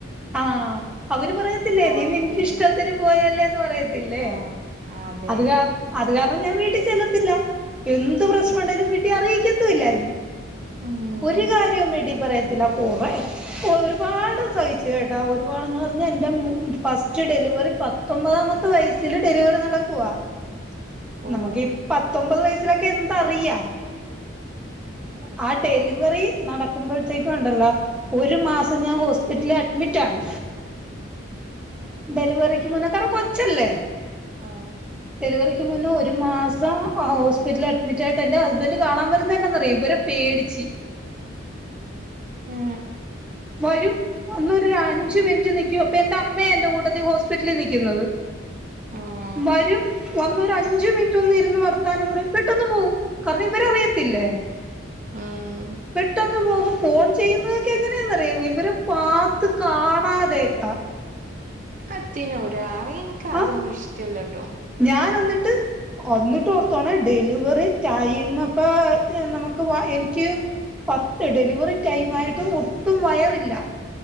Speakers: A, in the centre; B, on the right (about 40°).
A: ആഹ അവര് പറയത്തില്ലേ
B: പോയല്ലേനു
A: നീ നിൻ്റെ ഇഷ്ടത്തിന് പോയല്ലേന്ന് പറയ തില്ലെ
B: ആഹ് അതെ
A: അത് കാ അത് കാരണം ഞാൻ വീട്ടി ചെല്ലത്തില്ല എന്ത് പ്രശ്നം
B: ഉം
A: ഉണ്ടേലും വീട്ടീ അറിയിക്കത്തില്ലായിരുന്നു
B: ഉം
A: ഒരു കാര്യവും വീട്ടി പറയത്തില്ല കൊറേ ഒരുപാട് സഹിച്ചു കെട്ടൊ ഒരുപാട്ന്ന് പറഞ്ഞ എൻ്റെ ഫസ്റ്റ് ഡെലിവറി പ പത്ത്ഒമ്പതാമത്തെ വയസ്സില ഡെലിവറി നടക്കുവാ
B: <inaudible> ഓഹ്
A: നമുക്ക് ഈ പത്തൊമ്പത് വയസിലൊക്കെ എന്തറിയാം
B: ഉം ഒന്നും അറിയില്ല
A: ആ ഡെലിവറി നടക്കുമ്പോഴത്തേക്കും ഉണ്ടല്ലോ ഒരു മാസം ഞാൻ ഹോസ്പിറ്റലില് അഡ്മിറ്റാണ്
B: ഏഹ്
A: ഡെലിവറിയ്ക്ക് മുന്നെ കാരണം കൊച്ചല്ലേ
B: ആഹ്
A: ഡെലിവറിക്ക് മുന്നേ ഒരു മാസം ഹോസ്പിറ്റലിൽ അഡ്മിറ്റായിയിട്ട് എൻ്റെ ഹസ്ബൻഡ് കാണാൻ വരുന്നതെന്നാ ന്നറിയോ ഇവര് പേടിച്ച്
B: ഉം
A: വരും അന്ന് ഒരു അഞ്ചു മിനിറ്റ് നിയ്ക്കും അപ്പൊ എന്റെ അമ്മയ എൻ്റെ കൂട്ടത്തി ഹോസ്പിറ്റലില് നിയ്ക്കുന്നത്
B: ആഹ
A: വരും വന്നൊരു അഞ്ചു മിനിറ്റ് ഒന്ന് ഇരുന്ന് വർത്താനം പറിം പെട്ടന്ന് പോവും കാരണം ഇവരറിയത്തില്ലേ
B: ഉം
A: പെട്ടന്ന് പോകും ഫോൺ ചെയ്യുന്നതൊക്കെ എങ്ങനെ ന്ന റിയൊ ഇവര് പാത്ത് കാണാതെ ഒക്കാ
B: അത് എത്തിനാ ഒരാള് ഇൻക്ക് അതൊന്നും
A: ആ
B: ഇഷ്ടല്ലട്ടോ
A: ഞാൻ എന്നിട്ട് അന്നിട്ട് ഓർത്തോണെ ഡെലിവറി ടൈ മപ്പൊ നമുക്ക് എനിക്ക് പത്ത് ഡെലിവറി ടൈം ആയിട്ടും ഒട്ടും വയറില്ല